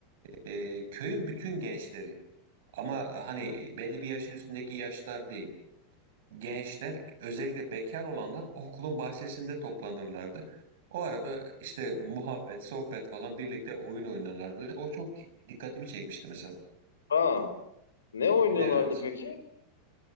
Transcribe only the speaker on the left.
hı
hı.
Aa, ne oynuyorlardı
peki?